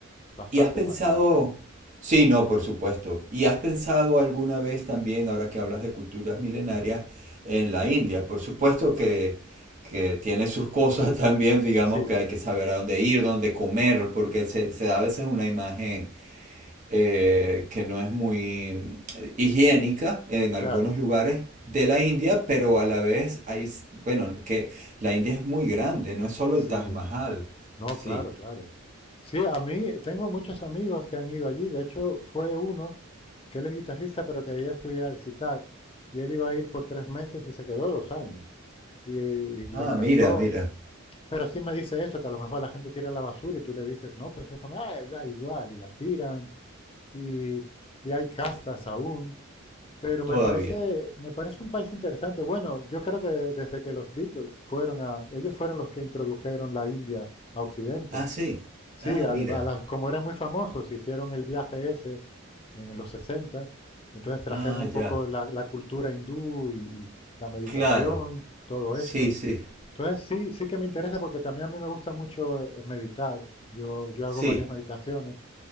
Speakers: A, on the left; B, on the right.
A: bastante
B: ¿Y has pensado,
A: más seguro.
B: sí, no, por supuesto, ¿y has pensado alguna vez también, ahora que hablas de culturas milenarias, en la India? Por supuesto que, que tiene sus cosas <laughs> también, digamos
A: Sí,
B: que hay que saber a dónde ir, dónde comer, porque se, se da a veces una imagen eh, que no es muy eh, higiénica en
A: claro,
B: algunos lugares de la India, pero a la vez hay, s- bueno, que la India es muy grande, no es solo
A: sí,
B: el Taj Mahal.
A: no,
B: Sí.
A: claro, claro. Sí, a mí tengo muchos amigos que han ido allí, de hecho fue uno que él es guitarrista, pero que ya estudiaba el sitar, y él iba a ir por tres meses y se quedó dos años, y, y le
B: Ah,
A: encantó,
B: mira, mira,
A: Pero sí me dice eso, que a lo mejor la gente tira la basura y tú le dices, no, pero eso está mal, "Ah, da igual, y la tiran, y, y hay castas aún. Pero
B: todavía.
A: me parece, me parece un país interesante. Bueno, yo creo que desde que los Beatles fueron a, ellos fueron los que introdujeron la India a Occidente.
B: Ah, sí.
A: Sí,
B: Ah,
A: al-
B: mira.
A: a las- como eran muy famosos, hicieron el viaje ese en los 60, entonces trajeron
B: Ah,
A: un poco
B: ya.
A: la, la cultura hindú y y la meditación,
B: Claro.
A: todo
B: Sí,
A: esto.
B: sí.
A: Entonces sí, sí que me interesa porque también a mí me gusta mucho eh, meditar. Yo, yo hago
B: Sí,
A: varias meditaciones